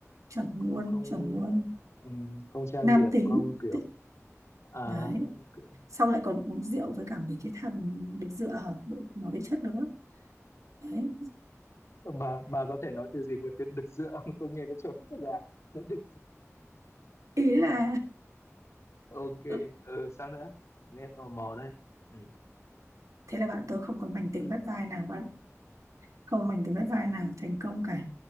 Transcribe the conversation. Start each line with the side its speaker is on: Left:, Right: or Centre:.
Right: chuẩn luôn
Left: không không
Right: chuẩn luôn
Left: ờ, ừ, không trang
Right: nam
Left: điểm
Right: tính
Left: không kiểu
Right: tự
Left: à
Right: đấy
Left: ok
Right: xong lại còn uống rượu với cả mấy cái thằng nghịch dựa ở đội- nó bị chất nữa đấy
Left: bà bà có thể nói từ gì mà từ đực dựa không tôi nghe nó chuẩn thật là <laughs> đực
Right: ý là
Left: ok
Right: <laughs>
Left: ừ, sao nữa nghe tò mò đấy ừ
Right: thế là bạn tôi không còn mảnh tình
Left: ừ
Right: bắt vai nào bạn không mình thì vẫn vai nào thành công cả